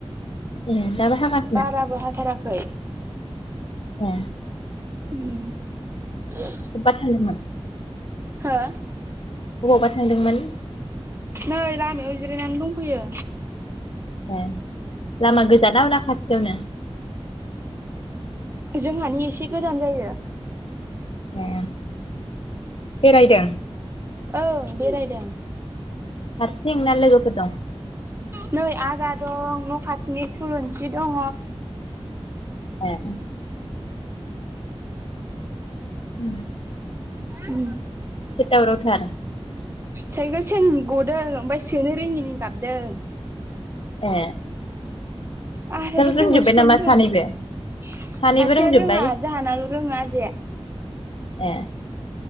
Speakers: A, on the left (about 60°); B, on the right (about 25°).
A: ए दाबा हागा-
B: बाराबो हाथाराखै
A: अ
B: उ
A: अबबा थायोमोन?
B: हो?
A: अबावबा थांदोंमोन?
B: नै लामायाव जिरायनानै दंफैयो।
A: ए लामा गोजान नाा खाथियावनो
B: जोंहानि एसे गोजान जायो।
A: ए बेरायदों
B: औओ बेरायदों
A: हारसिं ना लोगोफोर दं?
B: नै आजा दं न' खाथिनि थुलुनसि दङ।
A: ए उ
B: उ
A: दावरावथार
B: साइकेल सेन गदों ओमफाय सोनो रोङिनि गाबदों।
A: ए
B: आं साइकेल सेनखौनो
A: रोंजोब्बाय
B: सोनो
A: नामा सानैबो
B: रोङा।
A: सानैबो
B: सासेया
A: रोंजोब्बाय
B: रोङा जाहानाल' रोङा आजाया।
A: ए